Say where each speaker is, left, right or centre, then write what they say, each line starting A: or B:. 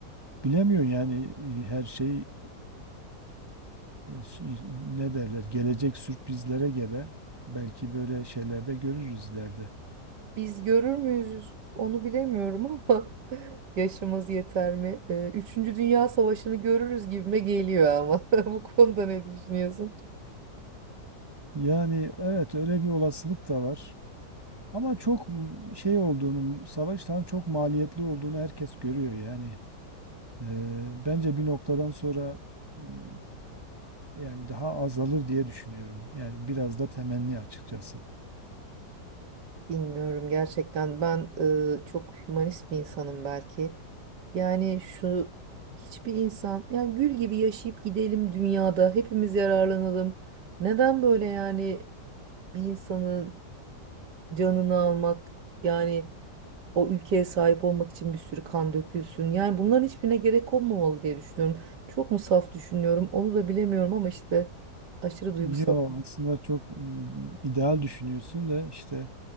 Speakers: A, on the right; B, on the right.
A: bilemiyorum yani e, her şey e, s- ne derler gelecek sürprizlere gebe. Belki böyle şeylerde görürüz ileride.
B: Biz görür müyüz onu bilemiyorum ama <laughs> yaşımız yeter mi? Ee, Üçüncü Dünya Savaşı'nı görürüz gibime geliyor ama. <laughs> Bu konuda ne düşünüyorsun?
A: Yani evet öyle bir olasılık da var. Ama çok m- şey olduğunu, savaşların çok maliyetli olduğunu herkes görüyor yani. Ee, bence bir noktadan sonra m, yani daha azalır diye düşünüyorum. Yani biraz da temenni açıkçası.
B: Bilmiyorum gerçekten ben e, çok hümanist bir insanım belki. Yani şu hiçbir insan yani gül gibi yaşayıp gidelim dünyada hepimiz yararlanalım. Neden böyle yani bir insanın canını almak yani o ülkeye sahip olmak için bir sürü kan dökülsün. Yani bunların hiçbirine gerek olmamalı diye düşünüyorum. Çok mu saf düşünüyorum onu da bilemiyorum ama işte aşırı duygusal.
A: Yo aslında çok mm, ideal düşünüyorsun da işte